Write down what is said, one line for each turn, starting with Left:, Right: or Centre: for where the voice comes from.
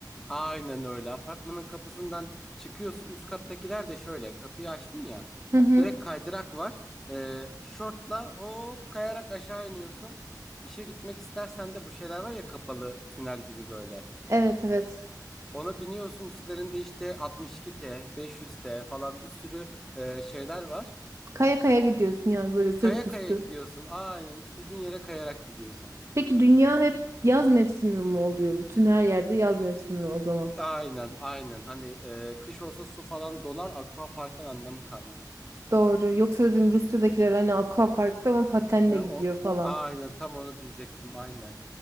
Centre: Aynen öyle. Apartmanın kapısından çıkıyorsun. Üst kattakiler de şöyle. Kapıyı açtın ya.
Right: Hı hı.
Centre: Direkt kaydırak var. Ee, şortla hop kayarak aşağı iniyorsun. İşe gitmek istersen de bu şeyler var ya kapalı tünel gibi böyle.
Right: Evet evet.
Centre: Ona biniyorsun üstlerinde işte 62T, 500T falan bir sürü e, şeyler var.
Right: Kaya kaya gidiyorsun yani böyle sırt
Centre: Kaya
Right: üstü.
Centre: kaya gidiyorsun. Aynen istediğin yere kayarak gidiyorsun.
Right: Peki dünya hep yaz mevsimi mi oluyor? Bütün her yerde yaz mevsimi o zaman.
Centre: Aynen aynen. Hani e, kış olsa su falan donar. Aqua parkın anlamı kalmaz.
Right: Doğru. Yoksa dedim Rusya'dakiler hani aquaparkta ama patenle
Centre: E,
Right: gidiyor
Centre: o
Right: falan.
Centre: aynen tam onu diyecektim aynen.